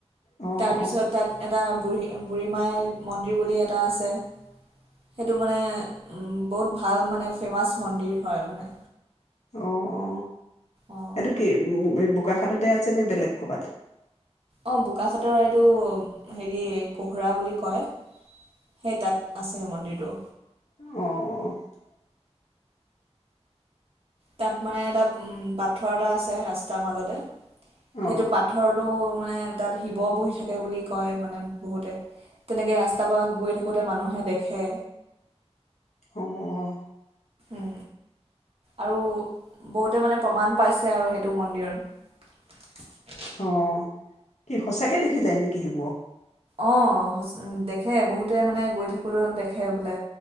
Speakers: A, on the left (about 80°); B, on the right (about 60°).
A: অ
B: তাৰ পিছত
A: অ
B: তাত এটা বুঢ়ী বুঢ়ী মাই মন্দিৰ বুলি এটা আছে সেইটো মানে বহুত ভাল মানে ফেমাছ মন্দিৰ হয় মানে
A: অ অ
B: অঁ
A: এইটো কি উ বোকাখাটতে আছে নে বেলেগ ক'বাত
B: অ বোকাখাটৰ এইটো হেৰি কোহৰা বুলি কয় সেই তাত আছে মন্দিৰটো
A: অহ অ
B: তাত মানে এটা উম পাথৰ এটা আছে ৰাস্তাৰ মাজতে
A: অ
B: সেইটো পাথৰটো মানে তাত শিৱ বহি থাকে বুলি কয় মানে বহুতে তেনেকে ৰাস্তাৰ পা গৈ থাকোঁতে মানুহে দেখে
A: অ অ
B: উ আৰু বহুতে মানে প্ৰমাণ পাইছে আৰু সেইটো মন্দিৰত
A: অ কি সঁচাকে দেখি যায় নেকি শিৱ
B: অ দেখে বহুতে মানে গৈ থাকোতে দেখে বোলে